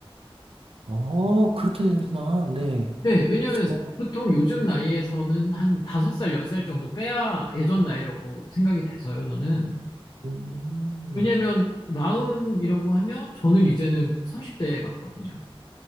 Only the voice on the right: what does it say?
어, 그렇게 되는구나. 네.
저,
음.